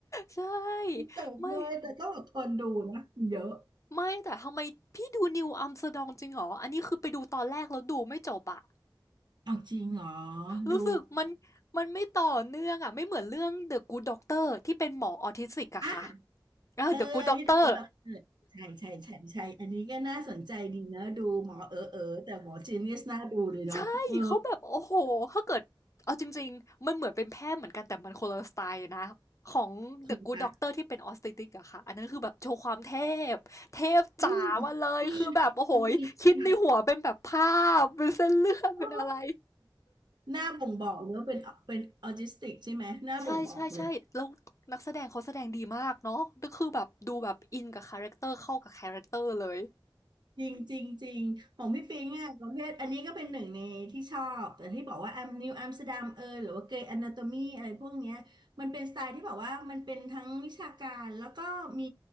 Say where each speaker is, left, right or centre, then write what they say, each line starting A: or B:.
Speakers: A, on the left; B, on the right.
A: ใช่
B: <laughs> มันจบเลยแต่ต้องอดทนดูนะมันเยอะ
A: ไม่ไม่แต่ทำไมพี่ดู New Amsterdam จริงเหรออันนี้คือไปดูตอนแรกแล้วดูไม่จบอะ
B: เอาจริงเหรอ
A: รู้สึกมัน
B: ดู
A: มันไม่ต่อเนื่องอะไม่เหมือนเรื่อง The Good Doctor ที่เป็นหมอออทิสติกอะค่ะ
B: อ่ะ
A: อ่า
B: เอออันนี้ดูเราเกิดใช่ใช่ใช่ใช่อันนี้ก็น่าสนใจดีนะดูหมอเออเออแต่หมอจีเนียสน่าดูเลยเนาะเออ
A: The Good Doctor ใช่เขาแบบโอ้โหถ้าเกิดเอาจริงๆมันเหมือนเป็นแพทย์เหมือนกันแต่มันคนละสไตล์เลยนะของ
B: คนละ
A: The Good Doctor ที่เป็นออส t ต t r i อะค่ะอันนั้นคือแบบโชว์ความเทพเทพจ๋ามาเลยคือแบบโอ้โห
B: อืมอืมดีจัง
A: คิดในหัวเป็นแบบภาพเป็นเส้นเลือดเป็นอะไร
B: ๆโอ้หน้าบ่งบอกเลยว่าเป็นเป็นออทิสติกใช่ไหมหน้าบ่งบอกเลย
A: ใช่ๆๆแล้วนักแสดงเขาแสดงดีมากเนาะก็คือแบบดูแบบอินกับคาแรคเตอร์เข้ากับคาแรคเตอร์เลย
B: จริงจริงจริงของพี่ปิงอ่ะประเภทอันนี้ก็เป็นหนึ่งในที่ชอบแต่ที่บอกว่าอัมนิวอัมสเตอร์ดัมเอยหรือว่าเกรย์อนาโตมีอะไรพวกเนี้ยมันเป็นสไตล์ที่แบบว่ามันเป็นทั้งวิชาการแล้วก็มี